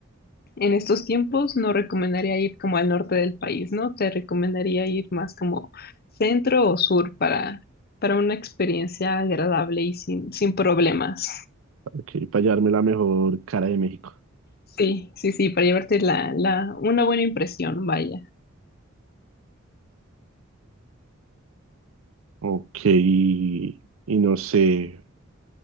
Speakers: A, on the left; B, on the right.
A: En estos tiempos no recomendaría ir como al norte del país, ¿no? Te recomendaría ir más como centro o sur para, para una experiencia agradable y sin, sin problemas.
B: Ok, para llevarme la mejor cara de México.
A: Sí, sí, sí, para llevarte la, la, una buena impresión, vaya.
B: Ok, y no sé.